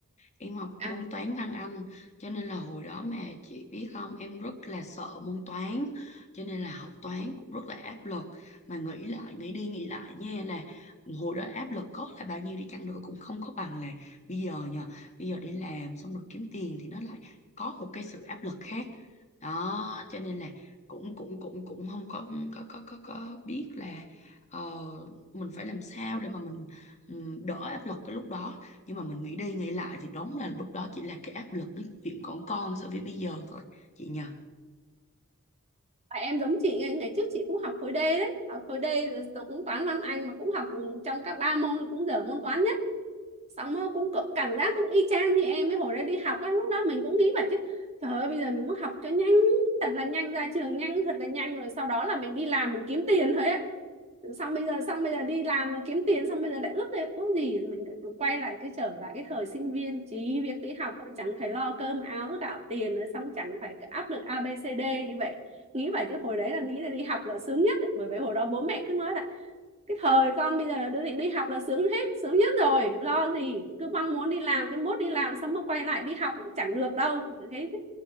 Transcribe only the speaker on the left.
em học
môn toán văn Anh, cho nên là hồi đó mà chị biết không, em rất là sợ môn toán, cho nên là học toán cũng rất là áp lực. Mà nghĩ lại, nghĩ đi nghĩ lại nha là hồi đó áp lực có là bao nhiêu đi chăng nữa cũng không có bằng là bây giờ nha. Bây giờ đi làm xong rồi kiếm tiền thì nó lại có một cái sự áp lực khác. Đó, cho nên là cũng cũng cũng cũng không có có có có, có biết là ờ, mình phải làm sao để mà mình ừm, đỡ áp lực cái lúc đó nhưng mà mình nghĩ đi nghĩ lại thì đúng là lúc đó chỉ là cái áp lực nói chuyện còn con so với bây giờ thôi chị nhờ